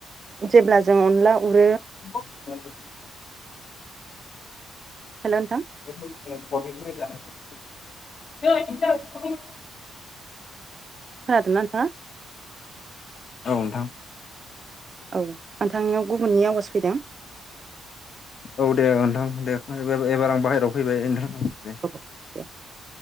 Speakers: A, on the right (about 40°); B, on the left (about 55°).
A: जेब्ला जों अनला उरो
B: म
A: हेलौथ
B: बेसर ज
A: खोनादोंना नोंथाङा
B: औ नोंथां
A: औ नोंथांनियाव गुबुननि आवाज फैदों
B: औ दे नोंथां दे एबार आं बाहेराव फैबाय नोंथां दे
A: औ दे